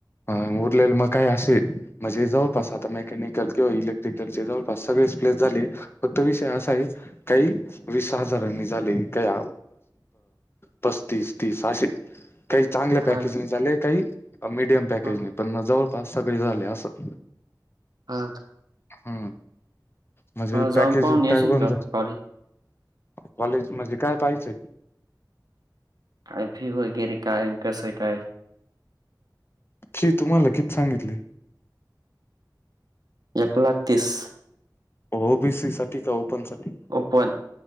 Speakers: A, on the left (about 30°); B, on the right (about 60°).
A: अ उरलेल मग काय असे म्हणजे जवळपास आता मेकॅनिकल किंवा इलेक्ट्रिकल चे जवळपास सगळे प्लेस झाले फक्त विषय असा आहे काही वीस हजारांनी झाले का? पस्तीस तीस अशे. काही चांगल्या
B: हा
A: पॅकेजने झाले काही मीडियम पॅकेजने
B: ह
A: पण मग जवळपास सगळे झाले असं.
B: हा.
A: हम् म्हणजे
B: जाऊन
A: पॅकेज
B: पाहून येशील
A: काय बनतो.
B: का कॉलेज
A: कॉलेज म्हणजे काय पाहिजंय.
B: काय फी वगैरे काय कसं काय.
A: फी तुम्हाला किती सांगितली?
B: एक लाख तीस.
A: ओबीसी साठी का ओपन साठी?
B: ओपन.